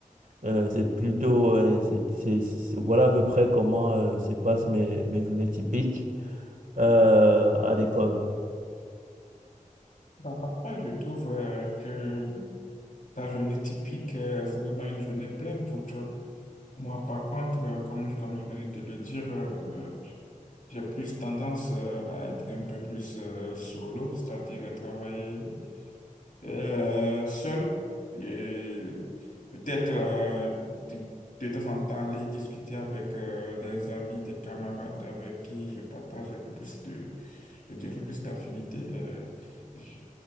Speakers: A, on the right; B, on the left.
A: euh, c'est plutôt, ouais, c'est, c'est- c'est- voilà à peu près comment euh, se passent mes, mes journées typiques euh, à l'école.
B: Bah, parfois, je trouve euh, que ta journée typique, euh, c'est vraiment une journée pleine pour toi. Moi, par contre, euh, comme, comme je venais de te le dire, euh, j'ai plus tendance euh, à être un peu plus euh, solo, c'est-à-dire à travailler euh, seul et peut-être euh, de, de temps en temps aller discuter avec euh, des amis, des camarades avec qui je partage un peu plus de, je dirais plus d'affinité. euh, je-